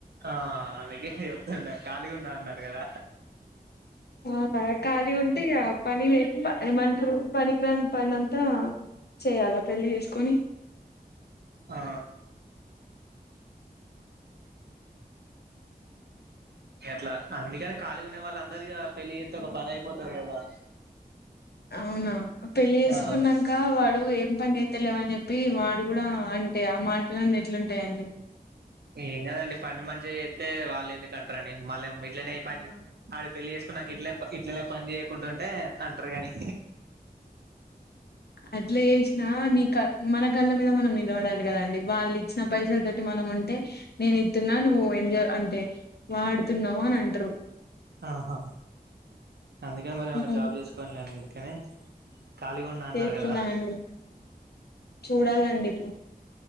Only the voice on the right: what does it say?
ఆ అందుకే చెప్తున్నా ఖాళీగా ఉన్నా అన్నారు కదా
ఆ ఎట్ల అందుకనే ఖాళీగా ఉండేవాళ్లు అందరూ ఇగ పెళ్లి చేత్తే ఒక పనయిపోతది కదా
ఆ
ఏం కాదండి పని మంచిగ చేత్తే వాళ్ళు ఎందుకంటరండి మళ్ళ మిట్లనేయి పన్ అడు పెళ్లి చేసుకున్నా గిట్లే ఇట్లనే పని చేయకుంటుంటే అంటరు కని
ఆహా అందుకని మరి ఏమన్నా
జాబ్ చేసుకోనిలేను అందుకని ఖాళీగా ఉండా అన్నారు
కదా